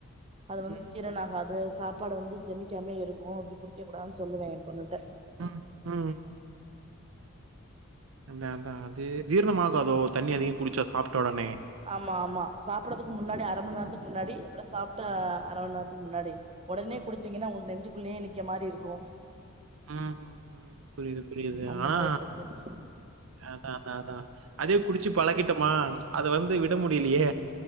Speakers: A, on the right (about 30°); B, on the right (about 65°).
A: அது வந்து
B: ம்,
A: சீரன ஆகாது சாப் ப்பாடு வந்து ஜெமிக்காமே இருக்கு அப்டி குடிக்க கூடதுன்னு சொல்லுவே என் பொண்ணுட்ட
B: அ ஆ அந்த அதா அது ஜீரணமாகாதோ தண்ணி அதிக குடிச்சா சாப்ட்ட உடனே
A: ஆமா ஆமா சாப்பிடத்துக்கு முன்னாடி அரை மண்நேரத்துக்கு முன்னாடி அப்பற சாப்ட்ட அரை மண்நேரத்துக்கு முன்னாடி உடனே குடிச்சீங்கன்னா உங்களுக்கு நெஞ்சுக்குள்ளே நிக்க மாறி இருக்கு
B: ம் ம் ம் புரியுது‌ புரியுது
A: அந்த
B: ஆனா
A: மாரி பிரச்சன
B: அதா தா தா அதே குடிச்சு பழகிட்டோமா அத வந்து விட முடியலியே